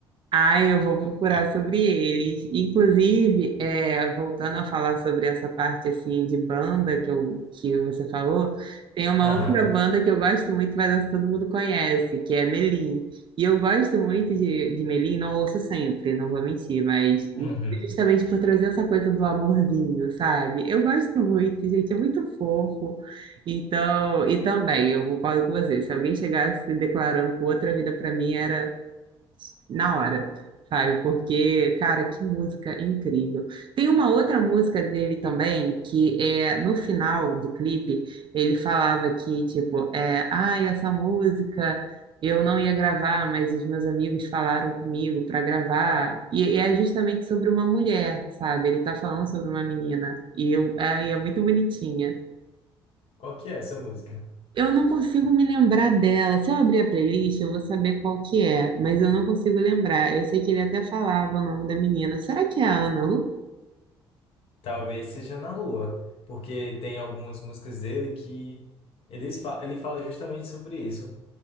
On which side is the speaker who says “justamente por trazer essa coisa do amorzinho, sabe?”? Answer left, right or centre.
Right